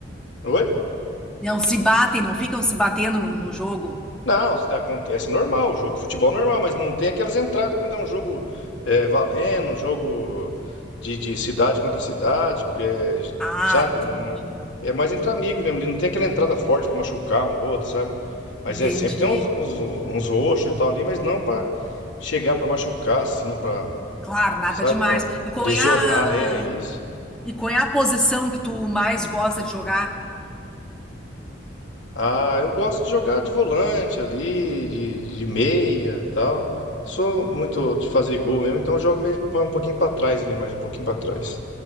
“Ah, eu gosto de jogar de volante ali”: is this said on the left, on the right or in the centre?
Left